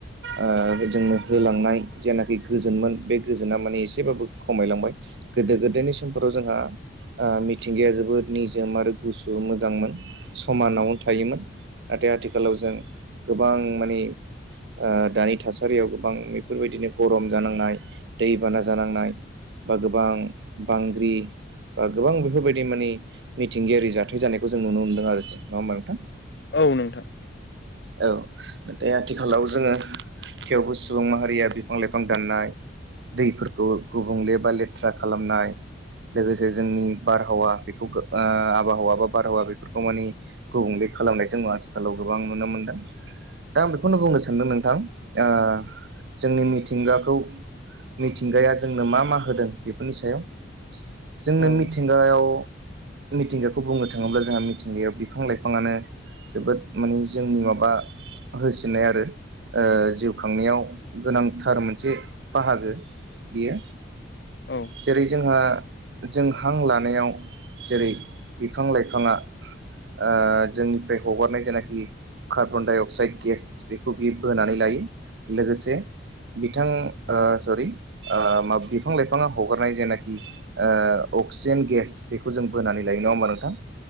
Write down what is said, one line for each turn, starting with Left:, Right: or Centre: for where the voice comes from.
Right: ओ जोंनो होलांनाय जेनाखि गोजोनमोन बे गोजोना माने एसेबाबो खमायलांबाय। गोदो गोदायनि समफोराव जोंहा ओ मिथिंगाया जोबोद निजोम आरो गुसु मोजांमोन समानावनो थायोमोन। नाथाय आथिखालाव जों गोबां माने ओ दानि थासारियाव गोबां बेफोरबायदिनो गरम जानांनाय, दैबाना जानांनाय बा गोबां बांग्रि बा गोबां बेफोरबायदि माने मिथिंगायारि जाथाय जानायखौ जों नुनो मोनदों आरो, नंङा होमबा नोंथां?
Left: औ नोंथां।
Right: औ नाथाय आथिखालाव जोंङो थेवबो सुबुं माहारिया बिफां- लाइफां दाननाय दैफोरखौ गुबुंले बा लेथ्रा खालामनाय लोगोसे जोंनि बारहावा बेखौ आबहावा बा बारहावा बेफोरखौ माने गुबुंले खालामनाय जों आथिखालाव गोबां नुनो मोन दा आं बेखौनो बुंनो सानदों नोंथां ओ जोंनि मिथिंगाखौ मिथिंगाया जोंनो मा मा होदों बेफोरनि सायाव। जोंनो
Left: औ
Right: मिथिंगायाव मिथिंगाखौ बुंनो थांङोब्ला जोंहा मिथिंगायाव बिफां लाइफांङानो जोबोद मानि जोंनि माबा बा होसिन्नाय आरो ओ जिउ खांनायाव गोनांथार मोनसे बाहागो। बियो
Left: औ।
Right: जेरै जोंहा जों हां लानायाव जेरै बिफां लाइफांङा ओ जोंनिफ्राय हगारनाय जेनाखि कार्बन डाइ अक्साइड गेस बेखौ बियो बोनानै लायो। लोगोसे बिथां सरि माब बिफां लाइफाङा हगारनाय जेनाखि ओ अक्सिजेन गेस बेखौ जों बोनानै लायो नङा होमबा नोंथां?